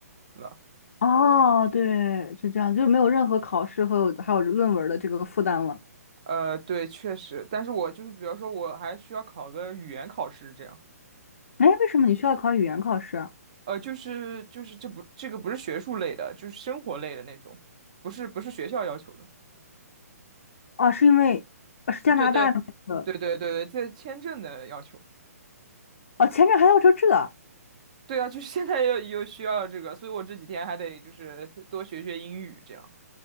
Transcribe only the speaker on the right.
了。
呃，对，确实，但是我就是比方说我还需要考个语言考试这样。
呃，就是就是这不这个不是学术类的，就是生活类的那种，不是不是学校要求的。
对对对对对对，这签证的要求。
对啊，就是现在又又需要这个，所以我这几天还得就是多学学英语这样。